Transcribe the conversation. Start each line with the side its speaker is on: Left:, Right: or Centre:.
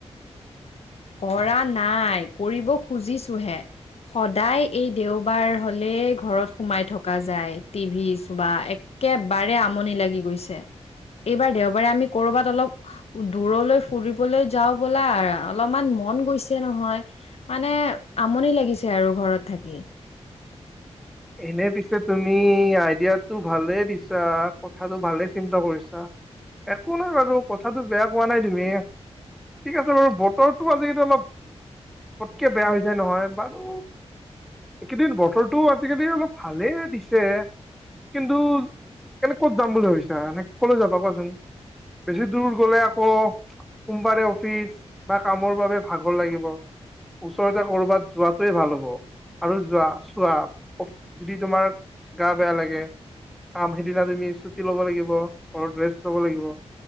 Left: কৰা নাই কৰিব খুজিছো হে। সদায় এই দেওবাৰ হলে ঘৰত সোমাই থকা যায় টিভি বা এক। একেবাৰে আমনি লাগি গৈছে। এইবাৰ দেওবাৰে আমি কৰবাত অলপ দূৰলৈ ফুৰিবলৈ যাওঁ বলা। অলপমান মন গৈছে নহয় মানে আমনি লাগিছে আৰু ঘৰত থাকি।
Centre: এনে পিছে তুমি আইডিয়াটো ভালে দিছা কথাটো ভালে চিন্তা কৰিছা। একো নাই বাৰু কথাটো বেয়া কোৱা নাই তুমি। ঠিক আছে বাৰু বতৰটো আজিকালি অলপ পটকে বেয়া হৈ যায় নহয় বাৰু এইকেইদিন বতৰটো আজিকালি অলপ ভালে দিছে। কিন্তু এনে ক'ত যাম বুলি ভাবিছা? এনে কলৈ যাবা কোৱাচোন। বেছি দূৰ গলে আকৌ সোমবাৰে অফিচ বা কামৰ বাবে ভাগৰ লাগিব। ওচৰতে কৰবাত যোৱাটোৱে ভাল হ'ব আৰু যোৱা চোৱা। যদি তোমাৰ গা বেয়া লাগে। কাম সেইদিনা তুমি ছুটি লব লাগিব ঘৰত ৰেষ্ট লব লাগিব।